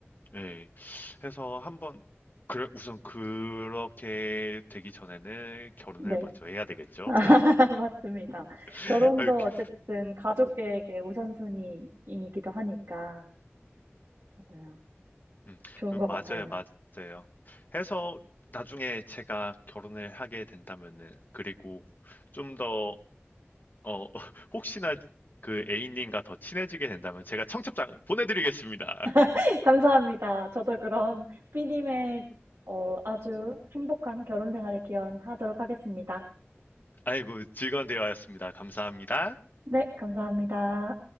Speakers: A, on the left; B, on the right.
A: 예. 해서 한번 그 우선 그렇게 되기 전에는 결혼을
B: 네.
A: 먼저 해야 되겠죠.
B: <laughs> 맞습니다.
A: <laughs>
B: 결혼도
A: 아, 이렇게.
B: 어쨌든 가족 계획의 우선순위이기도 하니까. 맞아요.
A: 음,
B: 좋은
A: 음,
B: 것 같아요.
A: 맞아요, 맞아요. 해서 나중에 제가 결혼을 하게 된다면은 그리고 좀 더 어, <laughs> 혹시나 그 A님과 더 친해지게 된다면 제가 청첩장 보내드리겠습니다.
B: <laughs> 감사합니다. 저도 그럼 삐님의 어, 아주 행복한 결혼 생활을 기원하도록 하겠습니다.
A: 아이고, 즐거운 대화였습니다. 감사합니다.
B: 네, 감사합니다.